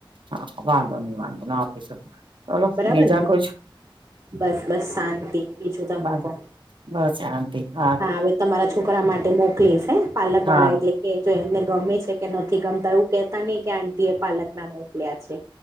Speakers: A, on the right; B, on the right.
A: હા વાંધો નહી વાંધો આપી શક ચલો
B: બરાબર
A: બીજા
B: ને
A: કુછ.
B: બસ બસ શાંતિ બીજું તમે
A: બસ
B: કો
A: બસ શાંતિ હારું
B: હા હવે તમારા છોકરા માટે મોકલીશ હે પાલક
A: હા
B: વાળા એટલે કે જો એમને ગમે છે કે નથી ગમતા એવું કેહેતા નહી કે આંટી એ પાલક ના મોકલ્યા છે.